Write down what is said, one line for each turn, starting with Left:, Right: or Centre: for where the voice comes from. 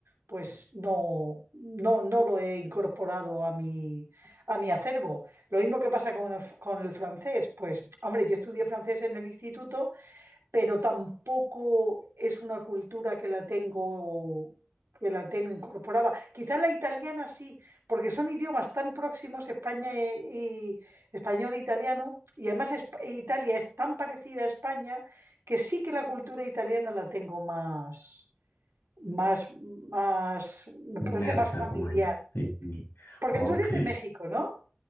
Right: pues no, no, no lo he incorporado a mi, a mi acervo. Lo mismo que pasa con el, con el francés, pues hombre, yo estudié francés en el instituto pero tampoco es una cultura que la tengo que la tengo incorporada. Quizás la italiana sí, porque son idiomas tan próximos, España y, y- español e italiano, y además es- Italia es tan parecida a España que sí que la cultura italiana la tengo más, más, más, me
Left: Inmersa,
Right: parece más familiar.
Left: como en... Sí, sí.
Right: Porque
Left: ok.
Right: tú eres de México, ¿no?